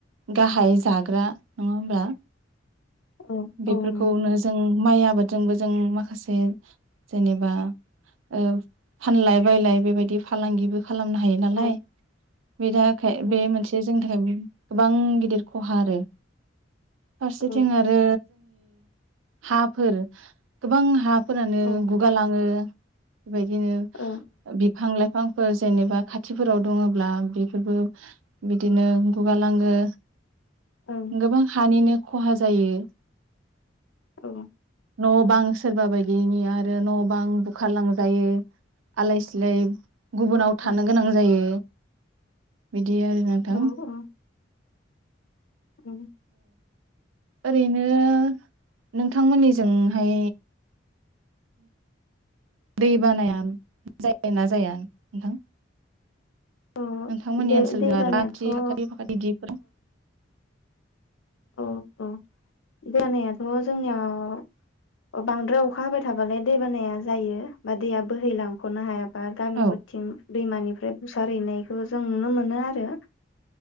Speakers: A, on the right; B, on the left.
A: गाहाय जाग्रा नङा होमब्ला।
B: औ औ
A: बेफोरखौनो
B: नंगौ
A: जों माइ आबाद जोंबो जों माखासे जेनेबा ओ फानलाय बायलाय बेबायदि फालांगिबो खालामनो हायो नालाय
B: औ
A: बे थाखाय
B: औ
A: बे मोनसे जोंनि थाखाय गोबां गिदिर खहा आरो फारसेथिं
B: नोंथां
A: आरो हाफोर गोबां हा फोरानो
B: औ
A: गुगालाङो। बेबायदिनो
B: औ
A: बिफां लाइफां फांफोर जेनेबा खाथिफोराव दङब्ला बेफोरबो बिदिनो गुगालाङो।
B: ओं
A: गोबां हानिनो खहा जायो।
B: औ
A: न' बां सोरबा बायदिनि आरो न' बां बुखारलांजायो आलाय सिलाय गुबुनाव
B: ओं औ
A: थानो गोनां जायो। बिदि आरो नोंथां।
B: औ औ औ
A: ओरैनो नोंथांमोननि जोंहाय दै बानाया जायो ना जाया नोंथां?
B: औ
A: नोंथांमोननि
B: दै
A: ओनसोलजों
B: दै
A: आरो
B: बानायाथ'
A: बाख्रि
B: औ
A: साखाथि बाखाथि इदिफोर
B: औ औ दै बानायाथ' जोंनियाव ओ बांद्राय अखा हाबाय थाबालाय दै बानाया जायो बा दैया बोहैलांख'नो हाया बा गामिफोरथिं
A: औ
B: दैमानिफ्राय बुसार हैैनाय खौ जों नुनो मोनो आरो।